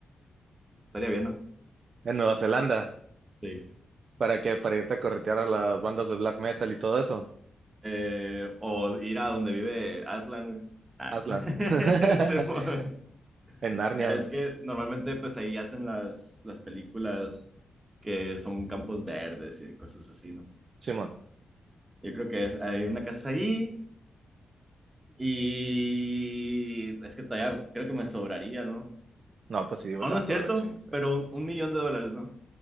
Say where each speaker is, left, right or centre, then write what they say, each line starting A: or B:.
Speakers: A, on the right (about 30°); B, on the right (about 60°).
A: Estaría bien, ¿no?
B: En Nueva Zelanda.
A: Sí.
B: ¿Para qué? Para irte a corretear a las bandas de black metal y todo eso.
A: Eh, o ir a donde vive Aslan. güey. Ah.
B: Aslan.
A: <laughs>
B: <laughs>
A: Simón.
B: En Narnia,
A: Ya es
B: güey.
A: que normalmente pues ahí hacen las, las películas que son campos verdes y cosas así, ¿no?
B: Simón.
A: Yo creo que es, hay una casa ahí Y es que todavía creo que me sobraría, ¿no?
B: No, pues sí, güey,
A: Aún
B: te
A: no
B: vas
A: es cierto,
B: a ahorrar un chingo, güey.
A: pero un, un millón de dólares, ¿no?